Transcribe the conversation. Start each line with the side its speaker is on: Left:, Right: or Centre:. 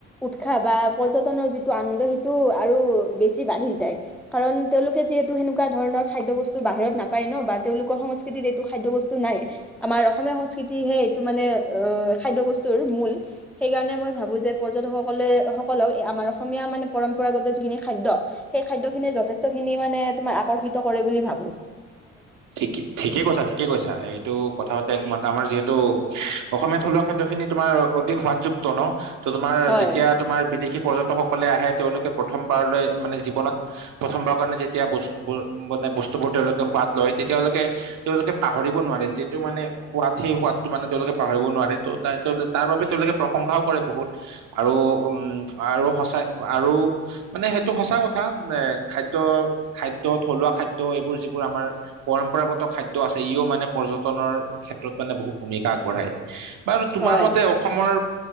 Centre: উৎসাহ বা পৰ্যটনৰ যিটো আনন্দ সেইটো আৰু বেছি বাঢ়ি যায়। কাৰণ তেওঁলোকে যিহেতু সেনে তেনেকুৱা ধৰণৰ খাদ্য বস্তু বাহিৰত নাপায় ন বা তেওঁলোকৰ সংস্কৃতিত এইটো খাদ্য বস্তু নাই। আমাৰ অসমীয়া সংস্কৃতিহে টো মানে খাদ্য বস্তুৰ মূল সেইকাৰণে মই ভাবো যে পৰ্যটক সকলে সকলক আমাৰ অসমীয়া মানে পৰম্পৰাগত যিখিনি খাদ্য, সেই খাদ্য খিনিয়ে যথেষ্টখিনি মানে এ তোমাৰ আকৰ্ষিত কৰে বুলি ভাবো।
Right: ঠিক ঠিক ঠিকে কৈছা, ঠিকে কৈছা এইটো কথাৰ সৈতে একমাত, আমাৰ যিহেতু অসমীয়া থলুৱা খাদ্য খিনি তোমাৰ অতি সোৱাদযুক্ত ন। ত' তোমাৰ
Centre: হয়
Right: যেতিয়া তোমাৰ বিদেশী পৰ্যটকসকলে আহে তেওঁলোকে প্ৰথমবাৰলৈ মানে জীৱনত প্ৰথমবাৰৰ কাৰণে যেতিয়া বচ ব মানে বস্তুবোৰ তেওঁলোকে সোৱাদ লয়। তেতিয়ালৈোকে তেওঁলোকে পাহৰিব নোৱাৰে। যিটো মানে সোৱাদ সেই সোৱাদটো মানে তেওঁলোকে পাহৰিব নোৱাৰে। ত' তাত- তেওঁলোক তাৰ বাবে তেওঁলোকে প্ৰশংসাও কৰে বহুত আৰু উম আৰু সঁচাই আৰু মানে সেইটো সঁচা কথা, এ খাদ্য-খাদ্য থলুৱা খাদ্য এইবোৰ যিবোৰ আমাৰ পৰম্পৰাগত খাদ্য আছে, ইও মানে পৰ্যটনৰ ক্ষেত্ৰত মানে বহু ভূমিকা আগবঢ়ায়। বাৰু তোমাৰ
Centre: হয়
Right: মতে অসমৰ